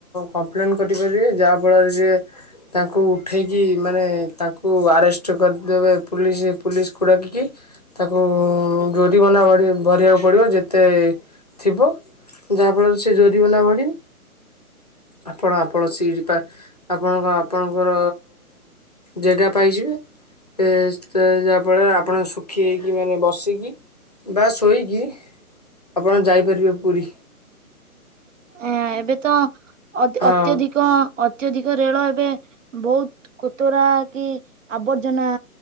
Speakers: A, on the left (about 25°); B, on the right (about 55°).
A: କମ୍ପ୍ଲେନ୍ କରିପାରିବେ ଯାହାଫଳରେ ସିଏ ତାଙ୍କୁ ଉଠେଇକି କି ମାନେ ତାଙ୍କୁ ଆରେଷ୍ଟ କରିଦେବେ ପୁଲିସ୍ ପୁଲିସ୍ କୁ ଡ଼ାକିକି ତାକୁ ଜୋରିିମନା ବଡ଼ି ଭରିବାକୁ ପଡ଼ିବ ଯେତେ ଥିବ ଯାହା ଫଳରେ ସେ ଜୋରିବନା ଭରୀବେ ଆପଣ ଆପଣ ସିଟ ପା ଆପଣଙ୍କ ଆପଣଙ୍କର ଜେଗା ପାଇଯିବେ। ଏ ଯାହାଫଳରେ ଆପଣ ଶୁଖି ହେଇକି ମାନେ ବସିକି ବା ଶୋଇକି ଆପଣ ଯାଇପାରିବେ ପୁରୀ
B: ଆ ଏବେ ତ ଅତ
A: ହଁ
B: ଅତ୍ୟଧିକ ଅତ୍ୟଧିକ ରେଳ ଏବେ ବହୁତ କୋତରା କି ଆବର୍ଜନା